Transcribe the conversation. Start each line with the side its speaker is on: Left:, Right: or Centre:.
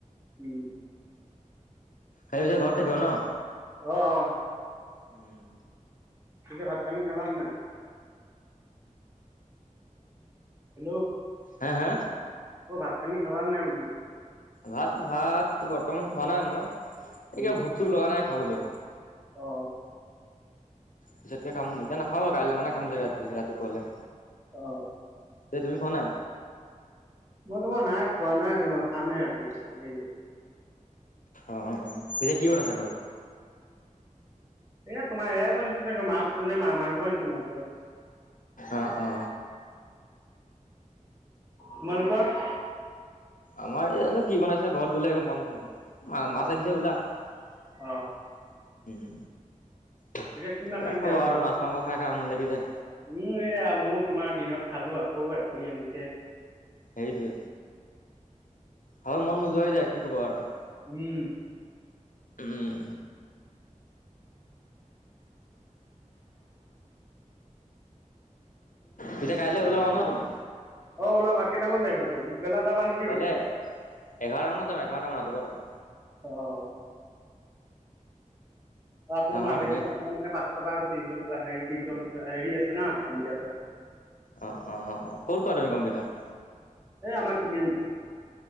Right: উম।
Left: কালি পিছে ঘৰত থাকিবা ন?
Right: অ, অ।
Left: উম।
Right: পিছে ভাত-পানী খালা নে নাই? হেল্ল'।
Left: হা, হা?
Right: অ' ভাত-পানী খালা নাই বোলো?
Left: ভাত, ভাতটো বৰ্তমান খোৱা নাই মই। এ কিবা
Right: উম
Left: ভোক-চোক লগা নাই খাবলৈ।
Right: অ।
Left: পিছতকে খাম। এতিয়া নাখাওঁ আৰু কাইলে মানে খাম চাগে ৰাতি ৰাতিপুৱালে।
Right: অ।
Left: তে তুমি খোৱা নাই?
Right: মই তোমাৰ নাই খোৱা নাই তোমাৰ খামহে ৰাতি কে দেৰিকে।
Left: অ-অ, পিছে কি বনাইছে ঘৰত?
Right: এয়া তোমাৰ এয়াই বনাইছে ছাগে মাছ। <unintelligible> না মা-মাংস আনিছে মাংস।
Left: অ অ
Right: তোমালোকৰ?
Left: আমাৰ এ নো কি বনাইছে ঘৰত গ'লে গম পাম চাগে। মা-মাছ
Right: অ
Left: আনিছে হ'বলা। উম।
Right: অ
Left: কিমান
Right: পিছে কি মাছ আনিছে
Left: খাব
Right: আকৌ?
Left: আৰু মাছ, মাংস খাই খাই আমনি লাগি যায়।
Right: উম, এইয়া মও তোমাৰ দিনত খালো, আকৌ ৰাতি আনিছে।
Left: সেইটোৱে, খাব মন নোযোৱা হৈ যায় কি ক'বা আৰু।
Right: উম।
Left: উম। পিছে কাইলৈ ওলাবা ন তুমি
Right: অ', ওলাবা কেইটামানত আহিবা তুমি, পিছবেলা যাবা নি
Left: কাইলে এঘাৰটা মানত যাম, এঘাৰটা মান ৰাতিপুৱা টাইম।
Right: অ'। আকৌ
Left: যাম
Right: মোৰ
Left: আৰু
Right: আবেলি
Left: ধুনীয়াকে
Right: পাঁচটা মানে পাঁচটাৰ পৰা <unintelligible> হেৰি আছে না কম্পিউটাৰ ক্লাছ।
Left: অ', অ', অ', ক'ত কৰা তুমি কম্পিউটাৰ।
Right: এই আমাৰ তিনিআলিটো।